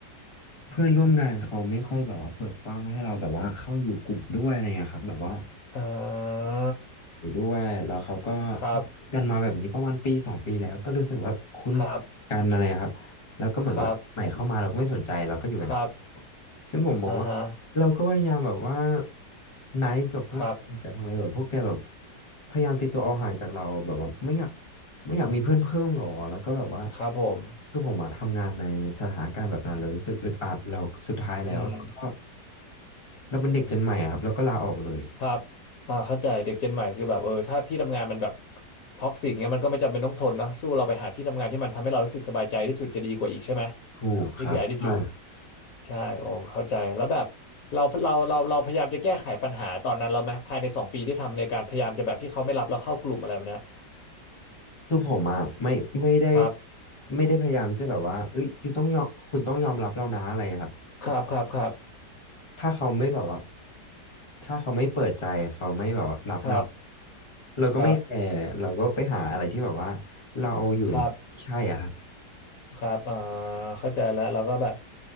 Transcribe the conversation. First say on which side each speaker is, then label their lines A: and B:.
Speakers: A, on the left; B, on the left.
A: เพื่อนร่วมงานเขาไม่ค่อยแบบว่าเปิดกว้างให้เราแบบว่าเข้าอยู่กลุ่มด้วยอะไรเงี้ยครับแบบว่า
B: อ่า
A: ไปด้วยแล้วเขาก็
B: ครับ
A: กันมาแบบนี้ประมาณปีสองปีแล้วก็รู้สึกว่าคุ้น
B: ครับ
A: กันอะไรครับแล้วก็เหมือนว่าใหม่เข้ามาเราก็ไม่สนใจเราก็อยู่กันแค่
B: ครับครับ
A: ซึ่งผมมองว่า
B: อ่าฮะ
A: เราก็พยายามแบบว่า nice กับพวกแกแต่ทำไมแบบพวกแกแบบ
B: ครับ
A: พยายามตีตัวเอาห่างจากเราแบบว่าไม่อยากไม่อยากมีเพื่อนเพิ่มหรอแล้วก็แบบว่า
B: ครับผม
A: คือผมมาทำงานในสถานการณ์แบบนั้นเรารู้สึกอึดอัดเราสุดท้ายแล้วเราก็
B: อืม
A: เราเป็นเด็กเจนใหม่อะครับเราก็ลาออกเลย
B: ครับอ่าเข้าใจเด็กเจนใหม่คือแบบเออถ้าที่ทำงานมันแบบท็อกซิกเงี้ยมันก็ไม่จำเป็นต้องทนเนอะสู้เราไปหาที่ทำงานที่มันทำให้เรารู้สึกสบายใจที่สุดจะดีกว่าอีกใช่ไหม
A: ถูกครับใช่
B: นี่คือ attitude ใช่โอ้เข้าใจแล้วแบบเราเราเราเราพยายามจะแก้ไขปัญหาตอนนั้นเราไหมภายในสองปีที่ทำในการพยายามจะแบบที่เขาไม่รับเราเข้ากลุ่มอะไรแบบเนี้ย
A: คือผมอ่ะไม่ไม่ได้
B: ครับ
A: ไม่ได้พยายามที่จะแบบว่าเอ้ยคุณต้องยอมคุณต้องยอมรับเรานะอะไรอะครับ
B: ครับครับครับ
A: ถ้าเขาไม่แบบว่าถ้าเขาไม่เปิดใจเขาไม่แบบว่ารับเรา
B: ครับ
A: เราก็ไม่แคร์เราก็ไปหาอะไรที่แบบว่า
B: ครับ
A: เราเอาอยู่ในที่ใช่อะครับ
B: ครับ ครับอ่าเข้าใจแล้วเราก็แบบ